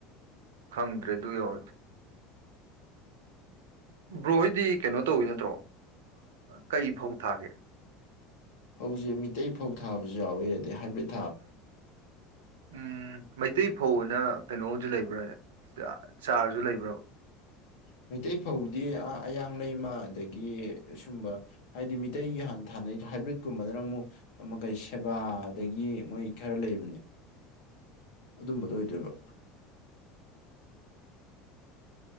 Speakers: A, on the right; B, on the left.
A: ꯈꯪꯗ꯭ꯔꯦ ꯑꯗꯨ ꯌꯧꯔꯗꯤ꯫ ꯕ꯭ꯔꯣꯍꯣꯏꯗꯤ ꯀꯩꯅꯣ ꯇꯧꯋꯤ ꯅꯠꯇ꯭ꯔꯣ ꯀꯩ ꯐꯧ ꯊꯥꯒꯦ꯫
B: ꯐꯧꯁꯦ ꯃꯤꯇꯩ ꯐꯧ ꯊꯥꯕꯁꯨ ꯌꯥꯎꯋꯦ ꯑꯗꯩ ꯍꯥꯏꯕꯔꯤꯠ
A: ꯎꯝ ꯃꯩꯇꯩ ꯐꯧꯅ ꯀꯩꯅꯣ ꯑꯃꯁꯨ ꯂꯩꯕ꯭ꯔ ꯍꯥꯢꯁꯦ꯫ ꯆꯥꯔ ꯆꯥꯔꯁꯨ ꯂꯩꯕ꯭ꯔꯕ꯫
B: ꯃꯩꯇꯩ ꯐꯧꯗꯤ ꯑꯥ ꯑꯌꯥꯡ ꯂꯩꯃ ꯑꯗꯒꯤ ꯑꯁꯨꯝꯕ ꯍꯥꯏꯗꯤ ꯃꯤꯇꯩꯒꯤ ꯍꯥꯟꯊꯥꯅꯩ ꯍꯥꯏꯕ꯭ꯔꯤꯠꯀꯨꯝꯕꯗꯅ ꯑꯃꯨꯛ ꯑꯃ ꯀꯩ ꯁꯦꯕꯥ ꯑꯗꯒꯤ ꯃꯣꯏ ꯈꯔ ꯂꯩꯕꯅꯦ꯫ ꯑꯗꯨꯝꯕꯗꯣ ꯑꯣꯏꯗꯣꯏꯕ꯫